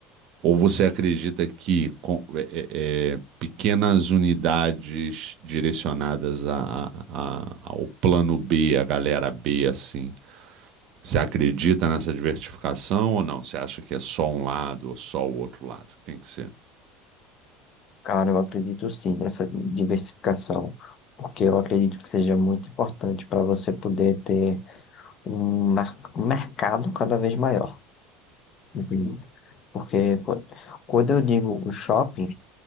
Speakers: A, on the right; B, on the left.
A: ou você acredita que com- é- é- é, pequenas unidades direcionadas a- a- a- ao plano B, a galera B, assim, você acredita nessa diversificação ou não? Você acha que é só um lado ou só o outro lado? Tem que ser.
B: Cara, eu acredito sim nessa diversificação, porque eu acredito que seja muito importante para você poder ter um mar- um mercado cada vez maior, entendeu? Porque qu- quando eu digo o shopping,